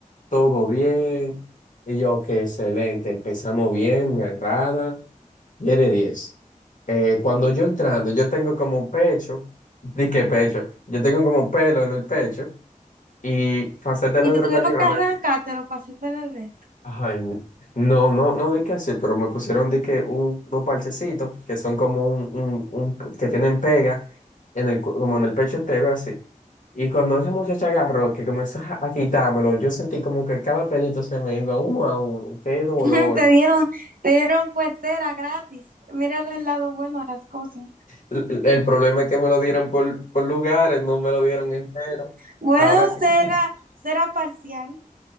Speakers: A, on the left (about 65°); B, on the right (about 85°).
A: todo bien, y yo, qué excelente, empezamos bien, me agrada. tiene diez Eh, cuando yo entrando, yo tengo como pecho, di que pecho, yo tengo como pelo en el pecho y faceta
B: Y
A: electrocardiograma.
B: te tuvieron que arrancártelo para hacerte el resto.
A: Ay, n- no, no, no di que así, pero me pusieron di que un- unos parchecitos que son como un, un, un- p- que tienen pega en el, cu- como en el pecho entero así. Y cuando esa muchacha agarró, que comenzó a a quitármelo, yo sentí como que cada pelito se me iba uno a uno. ¡Qué dolor!
B: <laughs> Te dieron, te dieron pues cera gratis. Mira el lado bueno a las cosas.
A: El el problema es que me lo dieron por, por lugares, no me lo dieron entero.
B: Bueno,
A: Ahora, que-
B: cera, cera parcial.